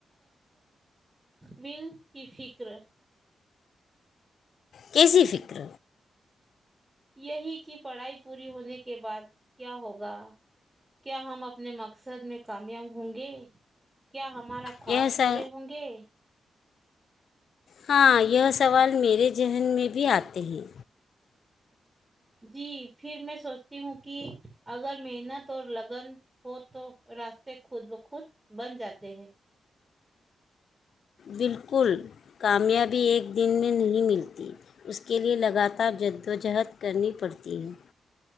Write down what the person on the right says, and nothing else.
ول کی فکر
یہی کی پڑھائی پوری ہونے کے بعد کیا ہوگا کیا ہم اپنے مقصد میں کامیاب ہوں گے کیا ہم ہمارا خواب
پورے ہوں گے
جی پھر میں سوچتی ہوں کہ اگر محنت اور لگن ہو تو راستے خود بخود بن جاتے ہیں